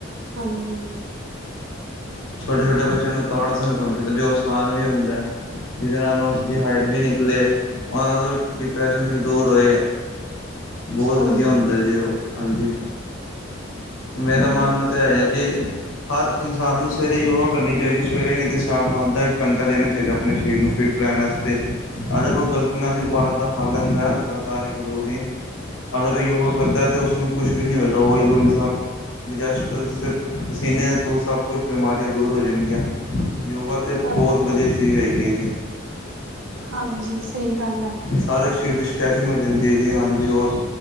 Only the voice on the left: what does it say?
ਛੋਟੇ -ਛੋਟੇ ਬੱਚਿਆਂ ਨੂੰ ਤਾੜ ਆਸਣ ਕਰਨਾ ਚਾਹੀਦਾ ਜੋ ਆਸਾਨ ਵੀ ਹੁੰਦਾ ਹੈ। ਜਿਦੇ ਨਾਲ ਉਸਦੀ ਹਾਈਟ ਵੀ ਨਿਕਲੇ। ਹਾਂ ਤੋਂ ਡਿਪਰੈਸ਼ਨ ਵੀ ਦੂਰ ਹੋਏ ਐ, ਬਹੁਤ
ਵਧੀਆ ਹੁੰਦਾ ਜੀ ਉਹ। ਹਾਂਜੀ, ਮੇਰਾ
ਮਾਨਣਾ
ਤਾਂ ਇਹ ਹੈ। ਕਿ ਹਰ ਇਨਸਾਨ ਨੂੰ ਸਵੇਰੇ ਯੋਗਾ ਕਰਨੀ ਚਾਹੀਦੀ ਸਵੇਰੇ ਨਹੀ ਤੇ ਸ਼ਾਮ ਨੂੰ ਅੱਧਾ ਇੱਕ ਘੰਟਾ ਦੇਣਾ ਚਾਹੀਦਾ ਆਪਣੇ ਸ਼ਰੀਰ ਨੂੰ ਫਿੱਟ ਰਹਿਣ ਵਾਸਤੇ, ਅਗਰ ਉਹ ਗਲਤੀ ਨਾਲ ਹੀ ਬਾਹਰ ਦਾ ਖਾ ਲੈਂਦਾ ਹੈ ਲਗਾਤਾਰ ਹਰ ਇੱਕ ਦੋ ਦਿਨ, ਅਗਰ ਯੂੰ ਸਕਦਾ ਹੈ ਤੇ ਉਸਨੂੰ ਕੁਛ ਵੀ ਨਹੀਂ ਹੋਏ ਦਾ ਓਇਲ-ਓਇਲ ਸਭ ਡਿਜੈਸਟਰ ਪਸੀਨੇ ਦੇ ਥਰੂ ਸਭ ਕੁਛ ਬਿਮਾਰੀਆਂ ਦੂਰ ਹੋ ਜਾਣਗੀਆਂ। ਯੋਗਾ
ਤੇ ਬਹੁਤ ਵਧੀਆ ਚੀਜ਼ ਹੈਗੀ ਹੈ ਜੀ।
ਸਾਰੇ ਸ਼ਰੀਰ ਦੀ ਸਟੈਚਿੰਗ ਹੋ ਜਾਂਦੀ ਹੈ ਜੀ, ਹਾਂਜੀ ਔਰ